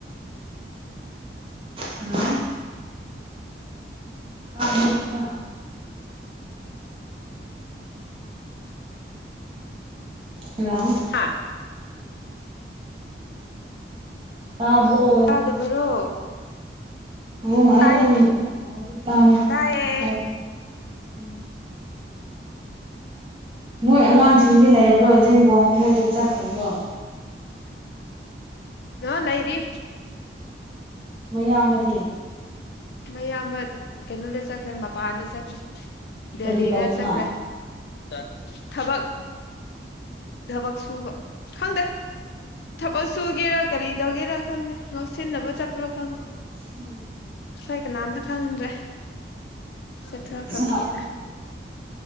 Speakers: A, on the right; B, on the left.
A: ꯍꯜꯂꯣ ꯇꯥꯕ꯭ꯔꯣ ꯏꯆꯥ ꯍꯜꯂꯣ꯫
B: ꯍꯥ
A: ꯇꯥꯕ꯭ꯔꯣ
B: ꯇꯥꯗꯕꯔꯣ?
A: <unintelligible>
B: ꯇꯥꯏꯅꯦ ꯇꯥꯏꯌꯦ
A: ꯎꯝ꯫ ꯃꯣꯏ ꯑꯉꯥꯡꯁꯤ ꯗꯤ ꯂꯩꯕ꯭ꯔꯣ ꯖꯦꯟꯒꯣꯡ ꯃꯣꯏꯗ ꯆꯠꯈ꯭ꯔꯕ꯭ꯔꯣ?
B: ꯑ ꯂꯩꯔꯤ꯫
A: ꯃꯌꯥꯝꯕꯗꯤ?
B: ꯃꯌꯥꯝꯕ ꯀꯩꯅꯣꯗ ꯆꯠꯈ꯭ꯔꯦ ꯃꯄꯥꯟꯗ ꯆꯠꯈ꯭ꯔꯦ꯫ ꯗꯦꯜꯂꯤꯗ
A: ꯀꯔꯤ ꯇꯧꯅꯤꯡꯉꯥꯏ
B: ꯆꯠꯈ꯭ꯔꯦ꯫ <inaudible> ꯊꯕꯛ ꯊꯕꯛ ꯁꯨꯕ꯫ ꯈꯪꯗꯦ ꯊꯕꯛ ꯁꯨꯒꯦꯔꯥ ꯀꯔꯤ ꯇꯧꯒꯦꯔꯥ ꯈꯪꯗꯦ꯫ ꯉꯥꯎꯁꯤꯟꯅꯕ ꯆꯠꯄ꯭ꯔꯣ ꯈꯪ
A: ꯎꯝ꯫
B: ꯍꯣꯏ ꯀꯅꯥꯝꯇ ꯈꯪꯗ꯭ꯔꯦ ꯆꯠꯊꯈ꯭ꯔꯕꯅꯤꯅ꯫
A: ꯄꯩꯁꯥ